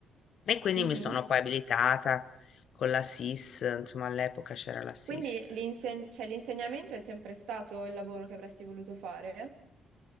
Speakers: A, on the left; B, on the right.
A: E quindi
B: Mhm.
A: mi sono poi abilitata con la SIS, insomma all'epoca c'era la SIS
B: Quindi l'inseg- cioè, l'insegnamento è sempre stato il lavoro che avresti voluto fare?